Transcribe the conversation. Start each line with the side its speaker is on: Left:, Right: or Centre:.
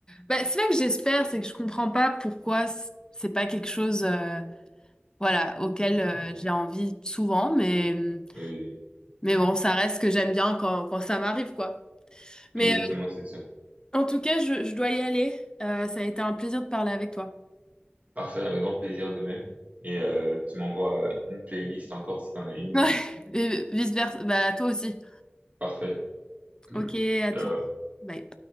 Left: Bah, c'est vrai que j'espère, c'est que je comprends pas pourquoi c- c'est pas quelque chose, euh, voilà, auquel euh,
Right: Non.
Left: j'ai envie souvent, mais.
Right: Oui,
Left: Mais bon, ça reste que j'aime bien quand, quand ça m'arrive, quoi. Mais
Right: oui. exactement, c'est sûr.
Left: euh, en tout cas, je, je dois y aller. Euh, ça a été un plaisir de parler avec toi.
Right: Parfait, avec grand plaisir de même. Et euh, tu m'envoies une playlist encore si t'en as une.
Left: Ouais,
Right: et-
Left: et vice-versa. Bah, toi aussi.
Right: Parfait, cool.
Left: Ok, à
Right: Ciao.
Left: toutes. Bye.